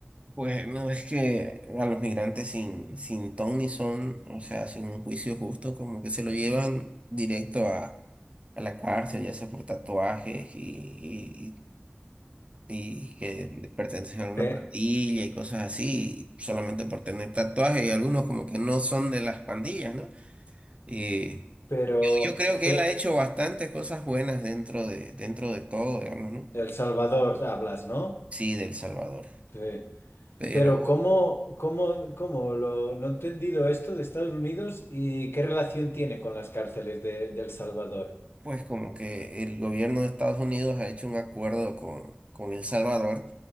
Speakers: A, on the right; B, on the left.
A: Pues no es que a los migrantes sin, sin ton ni son, o sea, sin un juicio justo, como que se lo llevan directo a, a la cárcel, ya sea por tatuajes y, y, y que pertenecen a una
B: Pe-
A: pandilla y cosas así, solamente por tener tatuajes y algunos como que no son de las pandillas, ¿no? Y
B: pero,
A: yo creo que
B: pe-
A: él ha hecho bastantes cosas buenas dentro de, dentro de todo, digamos, ¿no?
B: El Salvador hablas, ¿no?
A: Sí, de El Salvador.
B: Sí.
A: Pero
B: Pero ¿cómo, cómo, cómo lo, no he entendido esto de Estados Unidos y qué relación tiene con las cárceles de, de El Salvador?
A: Pues como que el gobierno de Estados Unidos ha hecho un acuerdo con, con El Salvador